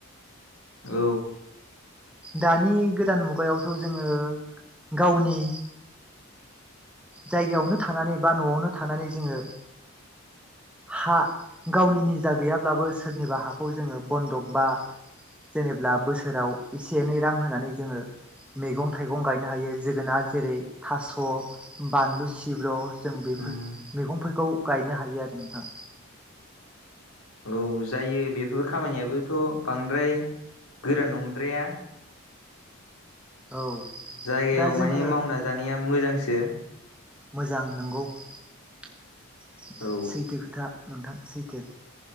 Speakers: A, on the left; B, in the centre.
A: औ।
B: दानि गोदान मुगायावथ' जोङो गावनि जायगायावनो थानानै बा न'आवनो थानानै जोङो हा गावनि निजा गैयाब्लाबो सोरनिबा हाखौ जोङो बन्दग बा जेनेब्ला बोसोराव एसे एनै रां होनानै जोङो मैगं थाइगं गायनो हायो जोगोनार जेरै थास' बानलु सिब्र' जों बेफोर
A: उम
B: मैगंफोरखौ गायनो हायो आरो नोंथां।
A: औ जायो बेफोर खामानियाबोथ' बांद्राय गोरा नंद्राया।
B: औ
A: जायगायाव
B: दा जोङो
A: माने मावना जानाया मोजांसो।
B: मोजां नंगौ <inaudible>
A: औ
B: सैथो खोथा। नोंथां सैथो।